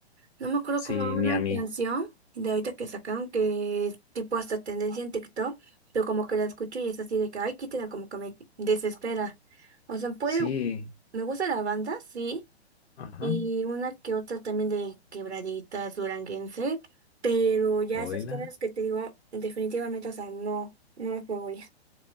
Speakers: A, on the right; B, on the left.
A: No me acuerdo
B: sí,
A: como una
B: ni a mí.
A: canción de ahorita que sacaron que es tipo hasta tendencia en TikTok, pero como que la escucho y es así de que, ay, quítela, como que me desespera. O sea, puede,
B: Sí,
A: me gusta la banda, sí
B: ajá,
A: y una que otra también de quebraditas duranguense, pero ya
B: oíla,
A: esos géneros que te digo, definitivamente, o sea, no, no los puedo ya.